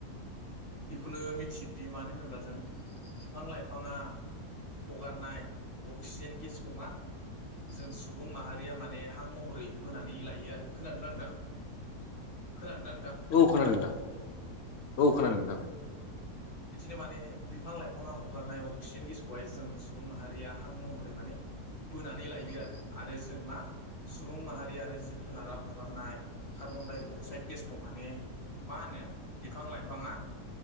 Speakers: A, on the left (about 40°); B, on the left (about 75°).
A: बेखौनो मिथियो मानो होनोब्ला जों बिफां - लाइफाङा हगारनाय अक्सिजेन गेसखौ मा जों सुबुं माहारिया माने हां महरै बोनानै लायो आरो। खोनादोंना नोंथां? खोनादों ना नोंथां?
B: औ खोनादों नोंथां
A: अ अ औ
B: औ खोनादों नोंथां।
A: बिदिनो माने बिफां लाइफाङा हगारनाय अक्सिजेन गेसखौहाय जों सुबुं माहारिया हां महरै माने बोनानै लायो आरो, आरो जों मा सुबुं माहारि आरो जिब जुनारा हगारनाय कार्बन -डाइ - अक्साइद गेसखौ माने मा होनो बिफां लाइफाङा